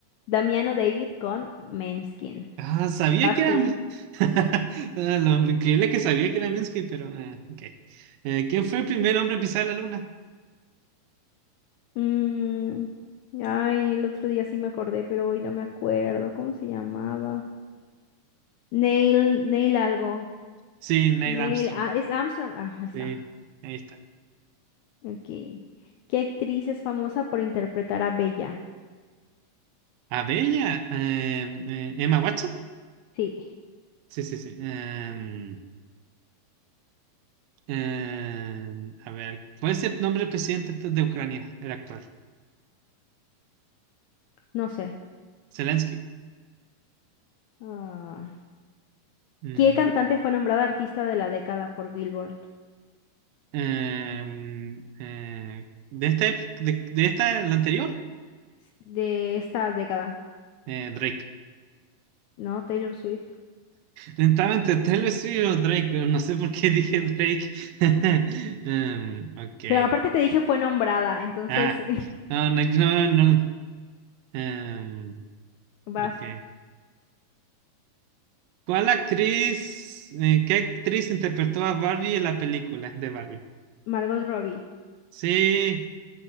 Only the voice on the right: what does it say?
Ah, sabía
que
era. Mi- <laughs> Ah, Lo increíble que sabía que era Minsky, pero. eh, ok. Eh, ¿quién fue el primer hombre a pisar la luna?
Sí, Neil
Armstrong.
Sí, ahí está.
A Bella, em, eh, Emma Watson.
Sí, sí, sí. Em, em, a ver, ¿cuál es el nombre del presidente de de Ucrania, el actual?
Zelensky.
Mm,
em, eh, de este, de, de esta, el anterior,
eh, Drake.
Estaba entre Taylor Swift o Drake, pero no sé por qué dije Drake. <laughs> Em, ok.
Ah, no, no, no. no, em,
ok. ¿Cuál actriz, eh, qué actriz interpretó a Barbie en la película de Barbie?
Sí,